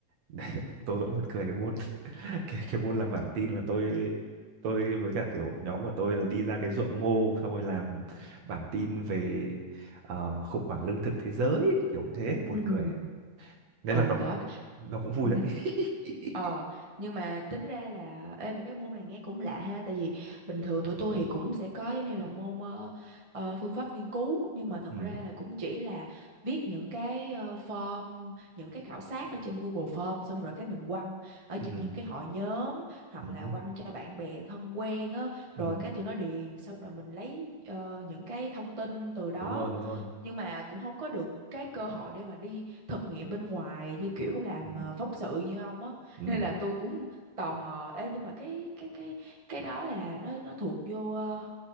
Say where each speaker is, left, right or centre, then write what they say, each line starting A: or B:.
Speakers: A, on the right; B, on the right.
A: <laughs> tôi vẫn buồn cười cái môn <laughs> cái, cái môn làm bảng tin là tôi tôi với cả kiểu nhóm của tôi là đi ra cái ruộng ngô xong rồi làm bản tin về ờ, khủng hoảng lương thực thế giới kiểu như thế buồn
B: ừ
A: cười nên
B: oh
A: là nó
B: my god
A: cũng nó cũng vui
B: <laughs>
A: đấy <laughs>
B: Ờ, nhưng mà tính ra là ê mà cái môn này nghe cũng lạ ha tại vì bình thường tụi tôi thì cũng sẽ có giống như là môn ờ, ờ, phương pháp nghiên cứu nhưng mà thật
A: ừ
B: ra là cũng chỉ là viết những cái ờ, form những cái khảo sát ở trên Google Form xong rồi cái mình quăng ở
A: ừ
B: trên những cái hội nhóm hoặc
A: ừ
B: là
A: ừ
B: quăng cho bạn bè thân quen á rồi
A: ừ.
B: cái tụi nó điền xong rồi mình lấy ờ, những cái thông tin từ đó
A: đúng rồi đúng rồi
B: nhưng mà cũng không có được cái cơ hội để mà đi thực nghiệm bên ngoài như kiểu làm
A: ừ
B: ờ,
A: ừ
B: phóng sự như ông á
A: ừ
B: nên là
A: ừ.
B: tôi cũng tò mò Ê, nhưng mà cái cái cái cái đó là nó nó thuộc vô ờ,